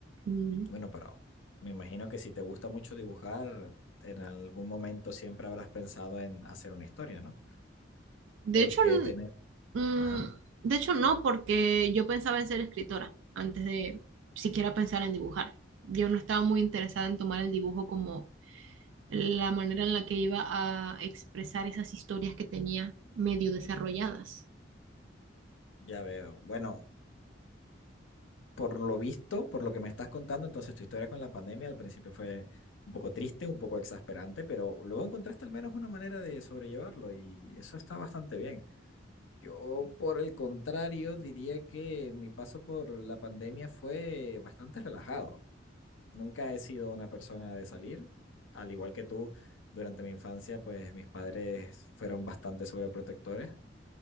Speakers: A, on the right; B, on the left.
A: ujú.
B: bueno, para, me imagino que si te gusta mucho dibujar, en algún momento siempre habrás pensado en hacer una historia, ¿no?
A: De
B: Porque
A: hecho, n-
B: tener,
A: mm,
B: ajá,
A: de hecho no, porque yo pensaba en ser escritora antes de siquiera pensar en dibujar. Yo no estaba muy interesada en tomar el dibujo como la manera en la que iba a expresar esas historias que tenía medio desarrolladas.
B: ya veo. Bueno, por lo visto, por lo que me estás contando, entonces tu historia con la pandemia al principio fue un poco triste, un poco exasperante, pero luego encontraste al menos una manera de sobrellevarlo y eso está bastante bien. Yo, por el contrario, diría que mi paso por la pandemia fue bastante relajado. Nunca he sido una persona de salir, al igual que tú, durante mi infancia, pues mis padres fueron bastante sobreprotectores